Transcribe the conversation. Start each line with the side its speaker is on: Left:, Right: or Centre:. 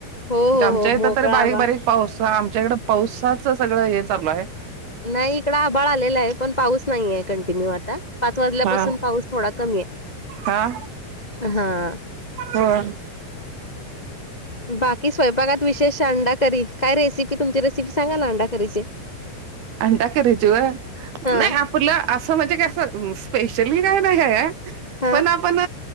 Left: हो
Right: म्हणजे
Left: हो
Right: आमच्या
Left: हो
Right: इथं
Left: मोकळा
Right: तरी बारीक
Left: आभाळ
Right: बारीक पाऊस. आमच्या इकडं पाऊसाच सगळं हे चालू हाय.
Left: नाही इकड आभाळ आलेला आहे. पण पाऊस नाहीये. कंटिन्यू आता पाच वाजल्यापासून
Right: हा
Left: पाऊस थोडा कमी आहे.
Right: हा
Left: हां.
Right: होय.
Left: बाकी स्वयंपाकात विशेष अंडाकरी. काय रेसिपी तुमची रेसिपी सांगा ना अंडाकरीची.
Right: अंडा करीची होय.
Left: हां,
Right: नाही आपलं असं म्हणजे काय असं स्पेशल ही काय नयी ये.
Left: हां.
Right: पण आपण.